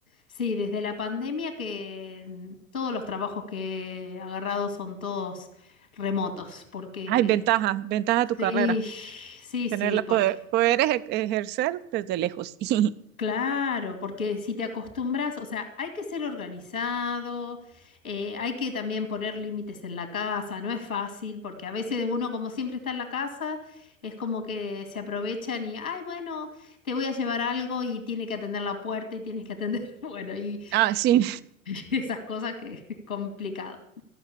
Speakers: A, on the left (about 75°); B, on the right (about 25°).
A: sí, desde la pandemia que mm, todos los trabajos que he agarrado son todos remotos, porque
B: Ay, ventaja, ventaja de tu
A: sí,
B: carrera,
A: sí,
B: tenerla,
A: sí, porque
B: poder, poder eje- ejercer desde lejos. <laughs>
A: Claro, porque si te acostumbras, o sea, hay que ser organizado, eh, hay que también poner límites en la casa, no es fácil, porque a veces uno como siempre está en la casa, es como que se aprovechan y, ay, bueno, te voy a llevar algo y tiene que atender la puerta y tienes que atender, <laughs> bueno, y,
B: Ah, sí.
A: <laughs> esas cosas que es complicado.